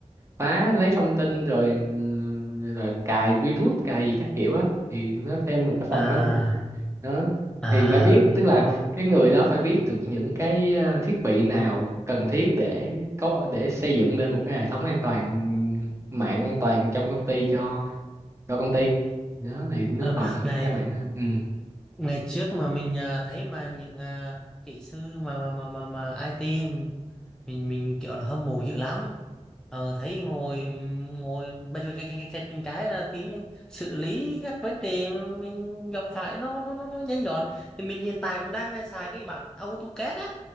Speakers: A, on the right; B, in the centre.
A: phá lấy thông tin rồi rồi cài virus cài gì các kiểu á thì nó thêm một cái phần
B: à
A: đó nữa đó
B: à
A: thì phải
B: à
A: biết
B: đúng,
A: tức là
B: luôn
A: cái người đó phải biết được những cái ờ, thiết bị nào cần thiết để có để xây dựng lên một cái hệ thống an toàn mạng an toàn trong công ty cho cho công ty đó thì nó
B: Ờ,
A: còn thêm
B: ngày
A: một cái mảng đó ừ
B: ngày trước mà mình à, thấy mà những à, kỹ sư mà mà mà mà, mà IT mình mình kiểu là hâm mộ dữ lắm ờ, thấy ngồi ngồi bây giờ cái cái cái cái, cái là tí xử lý các vấn đề mình gặp phải nó nó nó, nó nhanh gọn thì mình hiện tại cũng đang à, xài cái bản AutoCAD á